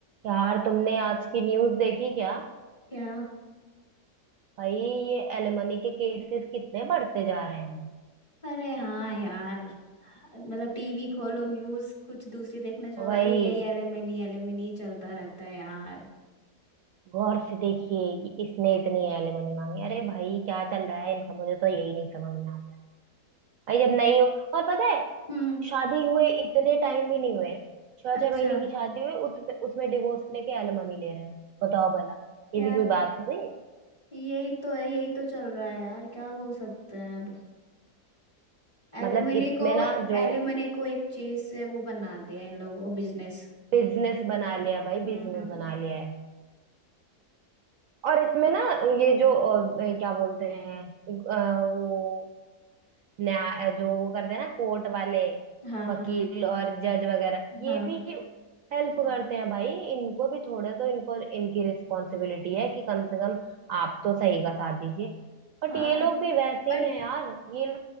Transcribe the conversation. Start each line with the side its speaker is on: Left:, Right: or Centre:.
Right: यार तुमने आज की न्यूज़ देखी क्या
Left: क्या
Right: भाई ये एलिमनी के केसेस कितने बढ़ते जा रहे हैं
Left: अरे हाँ यार मतलब टीवी खोलो न्यूज कुछ दूसरी देखने जाओ
Right: वही
Left: तो यही एलिमिनी एलिमिनी चलता रहता है यार
Right: गौर से देखिए कि इसने इतनी एलिमनी मांगी अरे भाई क्या चल रहा है इनका मुझे तो यही नहीं समझ में आता भाई जब नहीं हो और पता है
Left: हम्म
Right: शादी हुए इतने टाइम भी नहीं हुए छह
Left: अच्छा
Right: छह महीने की शादी हुई उसमें उसमें डिवोर्स लेके एलिमनी ले रहे हैं बताओ भला ये
Left: यार
Right: भी कोई बात हुई
Left: यही तो है यही तो चल रहा है यार क्या बोल सकते हैं अब एलिमिनी
Right: मतलब इसमें
Left: को
Right: ना जो
Left: एलिमिनी को एक चीज से वो बना दिया इन लोगों को बिजनेस
Right: बिजनेस बना लिया भाई
Left: हम्म
Right: बिजनेस बना लिया है और इसमें ना ये जो
Left: हम्म,
Right: अ, ये क्या बोलते हैं अ, वो न्याय जो वो करते हैं ना कोर्ट वाले
Left: हाँ
Right: वकील
Left: हाँ
Right: और जज वगैरह ये
Left: हाँ
Right: भी हेल्प करते हैं भाई इनको भी थोड़े तो इनको इनकी रिस्पॉन्सिबिलिटी है कि कम से कम आप तो सही का साथ दीजिए बट
Left: हाँ
Right: ये लोग भी वैसे
Left: बट
Right: ही हैं यार ये लोग